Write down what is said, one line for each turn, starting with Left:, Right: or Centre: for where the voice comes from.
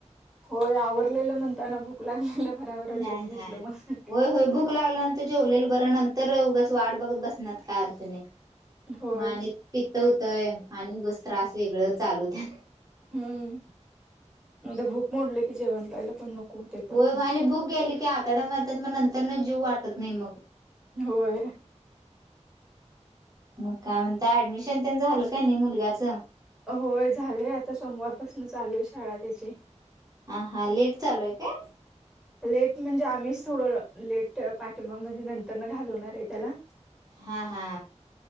Centre: होय आवरलेलं म्हणताना भूक लागलेलं. बराबर
Right: हा
Centre: जेवून घेतलं
Right: हा
Centre: मग.
Right: व्हय व्हय भूक लागल जेवलेल बरं नंतर उगच वाट बघत बसणार काय अर्थ नाही
Centre: होय
Right: मग आणि पित्त व्हतय आणि उगच त्रास वेगळं चालू होतय
Centre: हम्म आता भूक मोडलं की जेवण पाहिला पण नको परत
Right: होय
Centre: मग.
Right: आणि भूक गेली की आताड्या मारतात मग नंतर न जीव वाटत नाही मग
Centre: होय.
Right: मग काय म्हणता? ऍडमिशन त्यां झालं काय नाही मुलग्याच
Centre: होय झालंय आता सोमवारपासून चालू आहे शाळा त्याची
Right: हा हा लेट चालूय काय?
Centre: लेट म्हणजे आम्हीच थोडं लेट पाठीमागण म्हणजे नंतर न घालवणार आहे त्याला.
Right: हा हा